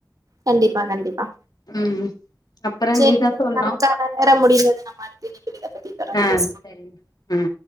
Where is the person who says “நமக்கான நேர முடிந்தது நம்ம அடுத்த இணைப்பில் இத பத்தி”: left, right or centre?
Right